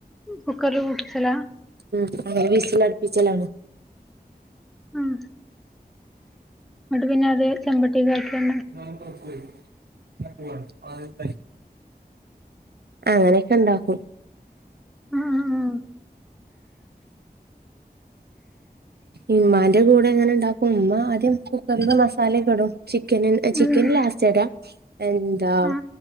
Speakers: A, in the centre; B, on the right (about 75°).
A: കുക്കറില വിട്ടിച്ചല്ല
B: ഉം അ വിസൽ അടുപ്പിച്ചലാണ്
A: ഉം എന്നങ്ങിട്ട് പിന്നെ അത് ചെമ്പട്ടി കക്കിയ
B: <unintelligible> <unintelligible> അങ്ങനെയൊക്കെ ഉണ്ടാക്കും
A: ഉം ഉം
B: ഉമ്മാന്റെ കൂടെ എങ്ങനെ ഇണ്ടാക്കും ഉമ്മ ആദ്യം കുക്കറില് മസാലകെടും ചിക്കൻ ചിക്കൻ
A: ഉം ഉം
B: ലാസ്റ്റ് എടാ എന്താ
A: ആഹ്